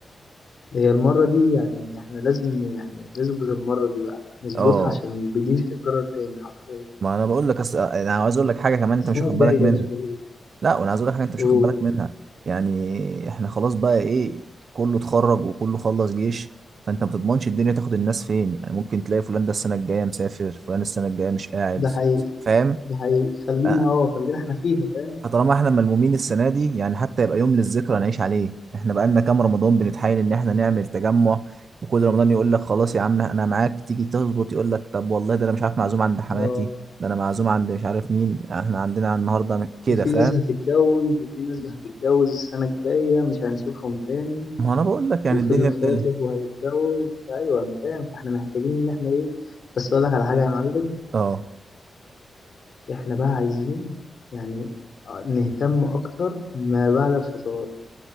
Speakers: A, on the left; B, on the right.
A: هي المرة دي يعني احنا لازم يعني نظبط المرة دي بقى نظبطها
B: اه
A: عشان دي مش هتتكرر تاني حرفيا
B: ما انا بقول لك أص... انا عاوز اقول لك حاجه كمان انت
A: السنة
B: مش واخد
A: الجاية
B: بالك منها
A: إن شاء الله
B: لا وانا عايز اقول لك حاجه انت مش
A: أوه
B: واخد بالك منها يعني احنا خلاص بقى ايه كله اتخرج وكله خلص جيش فانت ما بتضمنش الدنيا تاخد الناس فين يعني ممكن تلاقي فلان ده السنه الجايه مسافر فلان السنه الجايه مش قاعد
A: ده حقيقي
B: فاهم
A: ده حقيقي خلينا
B: آه،
A: اه خلينا احنا فيها فاهم
B: فطالما احنا ملمومين السنه دي يعني حتى يبقى يوم للذكرى نعيش عليه احنا بقى لنا كام رمضان بنتحايل ان احنا نعمل تجمع وكل رمضان يقول لك خلاص يا عم انا معاك تيجي تظبط يقول لك طب والله ده انا مش عارف معزوم عند حماتي
A: اه
B: ده انا معزوم عند مش عارف مين احنا عندنا النهارده كده
A: وفي
B: فاهم
A: ناس هتتجوز وفي ناس هتتجوز السنة الجاية مش هنشوفهم تاني
B: ما انا بقول لك يعني
A: وفي
B: الدنيا
A: اللي خاطب
B: بتلهي
A: وهيتجوز أيوة أنا فاهم فاحنا محتاجين إن احنا إيه بس أقول لك على حاجة يا معلم
B: اه
A: احنا بقى عايزين يعني آه، نهتم أكتر ما بعد الفطار